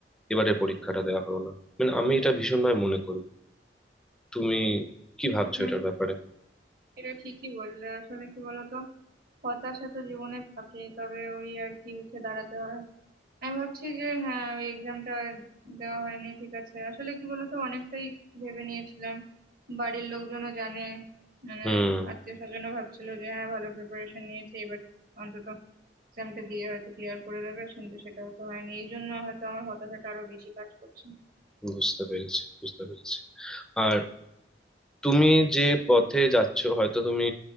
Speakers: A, in the centre; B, on the right.
A: এবারে পরীক্ষাটা দেওয়া হলো না মানে আমি এটা ভীষণভাবে মনে করি তুমি কি ভাবছো
B: হুম
A: এটার ব্যাপারে
B: এটা ঠিকই বললে আসলে কি বলতো হতাশা তো জীবনে থাকেই তবে ওই আর কি উঠে দাঁড়াতে হয় আমি ভাবছি যে হ্যাঁ ওই এক্সামটা দেওয়া হয়নি ঠিক আছে আসলে কি বলতো অনেকটাই ভেবে নিয়েছিলাম বাড়ির লোকজনও জানে মানে
A: হুম
B: আত্মীয় স্বজনও ভাবছিল যে হ্যাঁ ভালো প্রিপারেশন নিয়েছে এবার অন্তত এক্সামটা দিয়ে হয়তো ক্লিয়ার করে দেবে কিন্তু সেটাও তো হয়নি এই জন্য হয়তো আমার হতাশাটা আরো বেশি কাজ করছে
A: বুঝতে পেরেছি বুঝতে পেরেছি আর তুমি যে পথে যাচ্ছ হয়তো তুমি